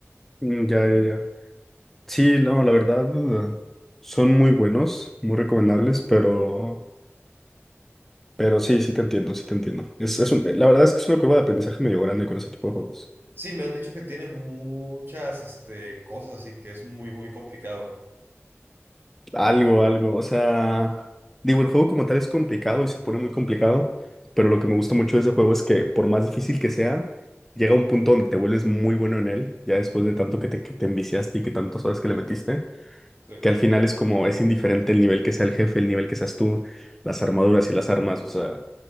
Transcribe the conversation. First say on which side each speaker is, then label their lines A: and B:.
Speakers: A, in the centre; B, on the right (about 50°).
A: Mm, ya, ya, ya. Sí, no, la verdad, eh, son muy buenos, muy recomendables, pero Pero sí, sí te entiendo, sí te entiendo. Es, es un- eh, la verdad es que es una curva de aprendizaje medio grande con ese tipo de juegos.
B: Sí, me han dicho que tiene muchas, este, cosas y que es muy, muy complicado.
A: Algo, algo, o sea, digo, el juego como tal es complicado y se pone muy complicado, pero
B: Ajá.
A: lo que me gusta mucho de ese juego es que por más difícil que sea, llega un punto donde te vuelves muy bueno en él, ya después de tanto que te, que te enviciaste y que tantas horas que le metiste,
B: Sí.
A: que al final es como, es indiferente el nivel que sea el jefe, el nivel que seas tú, las armaduras y las armas, o sea,